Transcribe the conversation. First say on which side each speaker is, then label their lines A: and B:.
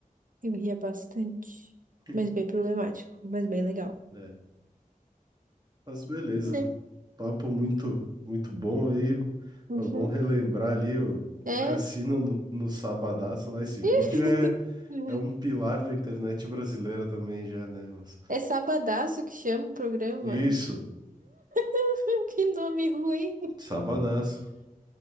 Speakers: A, on the right (about 65°); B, on the right (about 30°).
A: Eu ria bastante.
B: <laughs>
A: Mas bem problemático, mas bem legal,
B: É, mas beleza.
A: né?
B: Papo muito, muito bom aí.
A: Uhum.
B: É bom relembrar ali o,
A: É.
B: o cassino no, no Sabadaço lá. Esse vídeo
A: <laughs>
B: é,
A: Uhum.
B: é um pilar da internet brasileira também já, né, moço?
A: É Sabadaço que chama o programa.
B: Isso,
A: <laughs> Que nome ruim.
B: Sabadaço.